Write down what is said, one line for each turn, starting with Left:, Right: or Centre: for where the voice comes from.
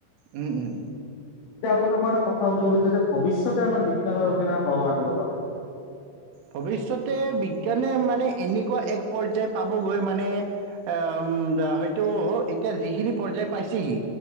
Right: উম, উম।
Left: এতিয়া আপোনাক মই এটা কথা সুধিব বিচাৰিছোঁ যে ভৱিষ্যতে আমাৰ বিজ্ঞানৰ কেনে প্ৰভাব আনিব পাৰে?
Right: ভৱিষ্যতে বিজ্ঞানে মানে এনেকুৱা এক পৰ্যায় পাবগৈ মানে উম, হয়তো এতিয়া যিখিনি পৰ্যায় পাইছেহি।